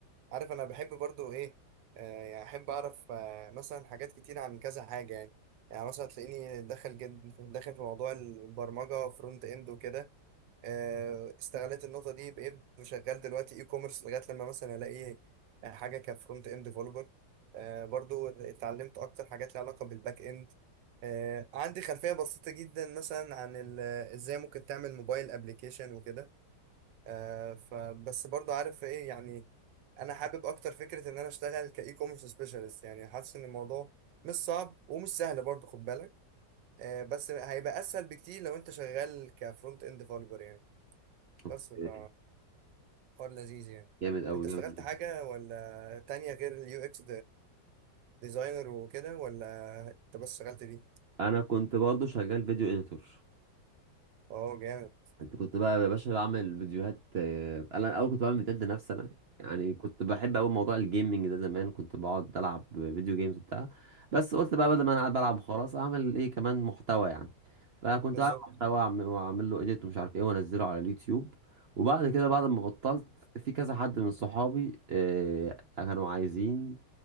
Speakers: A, on the right; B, on the right.
A: عارف انا بحب برضو ايه آه يعني احب اعرف آه مثلا حاجات كتير عن كذا حاجة يعني يعني مثلا تلاقيني داخل جد داخل في موضوع البرمجة فرونت اند وكده آه، استغلت النقطه دي بقيت شغال دلوقتي اي كوميرس لغايه لما مثلا الاقي حاجه كفرونت اند ديفلوبر برضو اتعلمت اكتر حاجات ليها علاقه بالباك اند آه، عندي خلفيه بسيطه جدا مثلا عن ال- ازاي ممكن تعمل موبايل ابلكيشن وكده آه، فبس برضو عارف ايه يعني انا حابب اكتر فكره ان انا اشتغل كاي كوميرس سبيشالست يعني حاسس ان الموضوع مش صعب ومش سهل برضو خد بالك آه، بس هيبقى اسهل بكتير لو انت شغال كفرونت اند ديفلوبر يعني
B: مم.
A: بس ف حوار لذيذ يعني
B: جامد أوي
A: انت اشتغلت
B: جامد أوي.
A: حاجة ولا تانية غير اليو اكس ديزاينر وكده ولا انت بس اشتغلت دي
B: أنا كنت برضو شغال فيديو إديتور
A: اه جامد
B: أنت كنت بقى يا باشا بعمل فيديوهات آه، أنا الأول كنت بعمل فيديوهات لنفسي أنا يعني كنت بحب أوي موضوع الجيمنج ده زمان كنت بقعد ألعب فيديو جيمز وبتاع بس قلت بقى بدل ما أنا قاعد بلعب وخلاص أعمل إيه كمان محتوى يعني فكنت
A: بالظبط
B: بعمل محتوى وأعمل وأعمل له إديت ومش عارف إيه وأنزله على اليوتيوب وبعد كده بعد ما بطلت في كذا حد من صحابي آه، كانوا عايزين